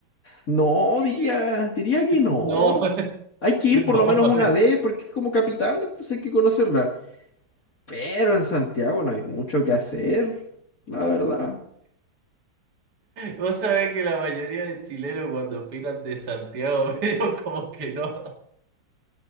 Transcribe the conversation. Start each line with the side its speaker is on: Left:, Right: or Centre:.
Left: no,
Right: Eh,
Left: diría, diría que no.
Right: No, <laughs>
Left: Hay que ir
Right: no,
Left: por lo menos
Right: mami.
Left: una vez porque es como capital, entonces hay que conocerla. Pero en Santiago no hay mucho que hacer, la verdad.
Right: Vos sabés que la mayoría de chilenos cuando opinan de Santiago <laughs> medio como que no.